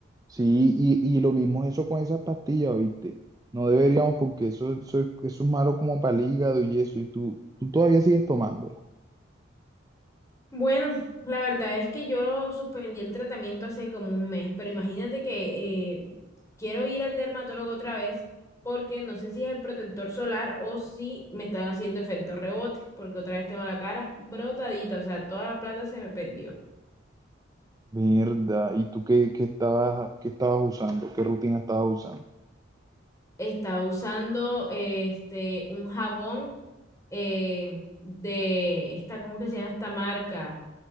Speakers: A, on the right (about 20°); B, on the left (about 15°).
A: Sí, y, y lo mismo es eso con esas pastillas, ¿viste? No deberíamos porque eso, eso, eso es malo como para el hígado y eso, y tú, tú todavía sigues tomándola.
B: Bueno, la verdad es que yo suspendí el tratamiento hace como un mes, pero imagínate que eh, quiero ir al dermatólogo otra vez porque no sé si es el protector solar o si me están haciendo efecto rebote, porque otra vez tengo la cara brotadita, o sea, toda la plata se me perdió.
A: Verdad, ¿y tú qué, qué estabas, qué estabas usando? ¿Qué rutina estabas usando?
B: Estaba usando eh, este un jabón eh, de esta, ¿cómo es que se llama esta marca?